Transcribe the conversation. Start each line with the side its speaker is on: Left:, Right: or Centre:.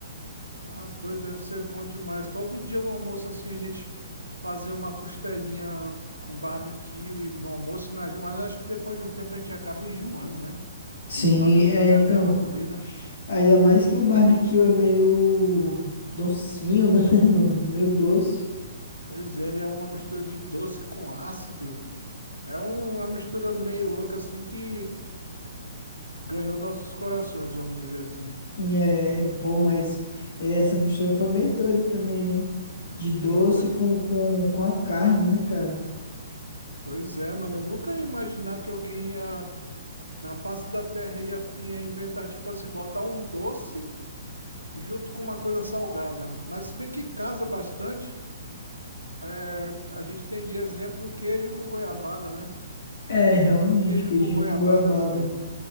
Right: Tá doido, deve ser bom demais. Todo dia no almoço, assim, a gente fazer uma costelinha com barbecue e no almoço e na... Mas acho que depois de um tempo a gente acaba enjoando, né?
Left: Sim,
Right: De tanto comer
Left: é, então.
Right: a mesma comida.
Left: Ainda mais que o barbecue é meio docinho, né, <laughs> mano? É meio doce.
Right: Pois é, ele é uma mistura de doce com ácido. É um- uma mistura meio louca, assim, que ganhou nossos corações, vamos dizer assim.
Left: É, pô, mas essa mistura foi meio doida também, né? De doce
Right: Poi-
Left: com, com, com a carne, né, cara?
Right: Pois é, mano, eu nunca ia imaginar que alguém ia, na face da Terra ia, ia inventar, tipo assim, botar um doce junto com uma coisa salgada. Mas se bem que casa bastante, é, a gente tem de exemplo o queijo com goiabada, né?
Left: É, realmente,
Right: Queijo
Left: queijinho
Right: com goiabada,
Left: com goiabada.
Right: meu amigo.